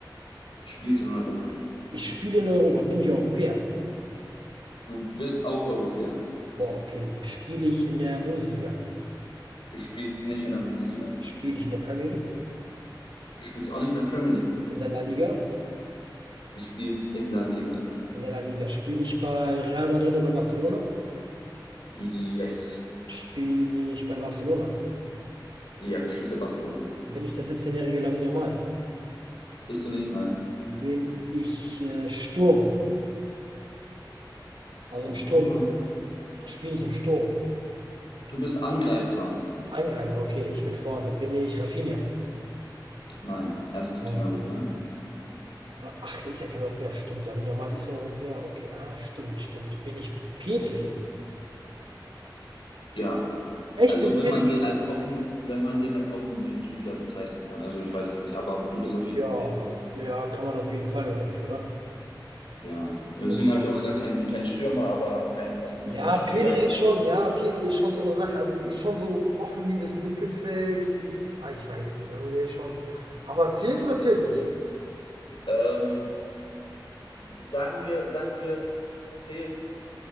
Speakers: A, on the left; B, on the right.
A: Du spielst in Europa.
B: Ich spiele in Europa. Bin ich Europäer?
A: Du bist auch Europäer.
B: Boah, okay. Spiele ich in der Bundesliga?
A: Du spielst nicht in der Bundesliga.
B: Spiele ich in der Premier League?
A: Du spielst auch nicht in der Premier League.
B: In der La Liga?
A: Du spielst in La Liga.
B: In der La Liga. Spiele ich bei Real Madrid oder Barcelona?
A: Yes.
B: Spiele ich bei Barcelona?
A: Ja, du spielst für Barcelona.
B: bin ich der 17-jährige Lamine Yamal.
A: Bist du nicht? Nein.
B: Bin ich äh, Sturm. Also
A: Oh,
B: im Sturm spiele ich im Sturm.
A: du bist Angreifer.
B: Angreifer, okay, ich bin vorne. Bin ich Rafinha?
A: Nein, er ist
B: Wow.
A: kein Europäer.
B: Äh, Ach, der ist ja kein Europäer. Stimmt, Lamine Yamal ist Europäer. Okay, ah, stimmt, stimmt. Bin ich Pedri?
A: Ja,
B: Echt,
A: also
B: bin ich
A: wenn
B: Pedri?
A: man den als offen, wenn man den als offensiven Spieler bezeichnen kann. Also ich weiß es nicht, aber du bist auf jeden
B: Ja.
A: Fall Petri.
B: Ja, kann man auf jeden Fall, glaube ich, oder?
A: Ja, deswegen
B: Ja.
A: habe ich auch gesagt, kein, kein Stürmer, aber ein offensiver
B: Ja,
A: Spieler.
B: Pedri ist schon, ja, Pedri ist schon so eine Sache. Also der ist schon so offensives Mittelfeld bis, ah, ich weiß nicht. Also der ist schon. Aber zählt oder zählt nicht?
A: Ähm, sagen wir, sagen wir, zählt